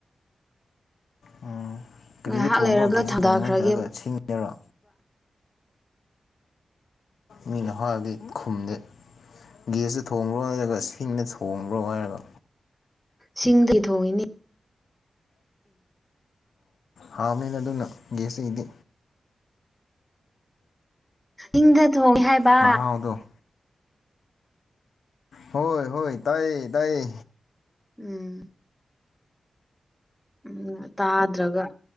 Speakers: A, on the left; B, in the centre.
A: ꯎꯝ ꯀꯔꯤꯗ
B: ꯉꯥꯏꯍꯥꯛ
A: ꯊꯣꯡꯕ꯭ꯔꯣ
B: ꯂꯩꯔꯒ
A: ꯒꯦꯁꯇ
B: ꯊꯥꯡꯊꯈ꯭ꯔꯒꯦꯕ
A: ꯊꯣꯡꯕ꯭ꯔꯣ ꯅꯠꯇ꯭ꯔꯒ ꯁꯤꯡꯉꯗꯔꯣ ꯃꯤꯅ ꯍꯥꯏꯔꯗꯤ ꯈꯨꯝꯗꯦ ꯒꯦꯁꯇ ꯊꯣꯡꯕ꯭ꯔꯣ ꯅꯠꯇ꯭ꯔꯒ ꯁꯤꯡꯗ ꯊꯣꯡꯕ꯭ꯔꯣ ꯍꯥꯏꯔꯒ
B: ꯁꯤꯡꯗꯩ ꯊꯣꯡꯏꯅꯤ
A: ꯍꯥꯎꯅꯤꯅ ꯑꯗꯨꯅ ꯒꯦꯁꯇꯒꯤꯗꯤ
B: ꯏꯪꯗ ꯊꯣꯡꯉꯦ ꯍꯥꯏꯕ
A: ꯃꯍꯥꯎꯗꯣ ꯍꯣꯏ ꯍꯣꯏ ꯇꯥꯏꯌꯦ ꯇꯥꯏꯌꯦ
B: ꯎꯝ ꯎꯝ ꯇꯥꯗ꯭ꯔꯒ